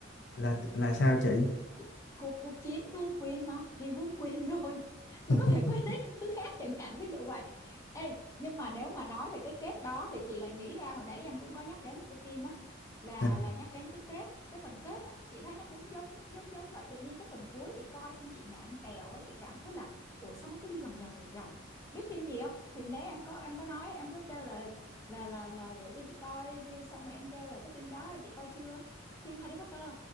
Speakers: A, on the left (about 60°); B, on the left (about 15°).
A: là là sao chị
B: cuộc, cuộc cuộc chiến vương quyền mà vì vương quyền rồi <laughs> mình
A: <laughs>
B: có thể quên hết những thứ khác chẳng hạn ví dụ vậy ê nhưng mà nếu mà nói về cái kết đó thì chị lại nghĩ ra hồi nãy em cũng có nhắc đến một cái phim á là
A: À.
B: là nhắc đến cái kết cái phần kết á chị thấy nó cũng giống giống giống vậy tự nhiên cái phần cuối chị coi xong chị nản kèo á chị cảm thấy là ủa sao nó cứ đi vòng vòng vòng vòng biết phim gì không phim đấy em có em có nói em có kêu là là là là gửi cho chị coi xong rồi em kêu là cái phim đó chị coi chưa phim Harry Potter